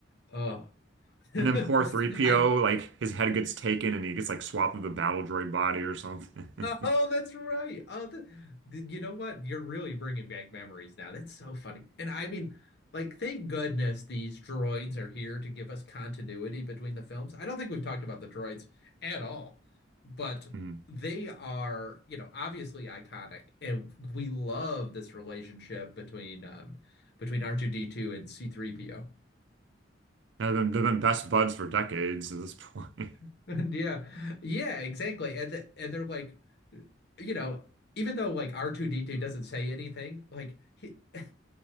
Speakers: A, on the left (about 60°); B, on the right (about 70°).
A: Oh. <laughs> I
B: and then poor 3PO like his head gets taken and he gets like swapped with a battle droid body or something. <laughs>
A: oh, that's right. Oh, th th- you know what? You're really bringing back memories now. That's so funny. And I mean, like, thank goodness these droids are here to give us continuity between the films. I don't think we've talked about the droids at all, but
B: Mm.
A: they are, you know, obviously iconic, and we love this relationship between um between R2D2 and C3PO.
B: They've been, they've been best buds for decades at this point. <laughs>
A: <laughs> And Yeah. Yeah, exactly. And th and they're like, you know, even though like R2D2 doesn't say anything, like he <laughs>